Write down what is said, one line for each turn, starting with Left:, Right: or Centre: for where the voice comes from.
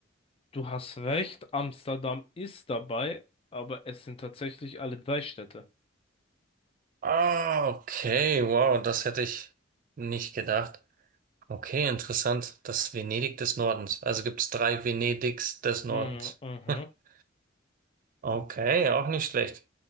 Left: Du hast recht, Amsterdam ist dabei, aber es sind tatsächlich alle drei Städte.
Right: Ah, okay, wow, das hätte ich nicht gedacht. Okay, interessant. Das Venedig des Nordens. Also gibt es drei Venedigs des Nordens.
Left: Mhm, mhm.
Right: <laughs> Okay, auch nicht schlecht.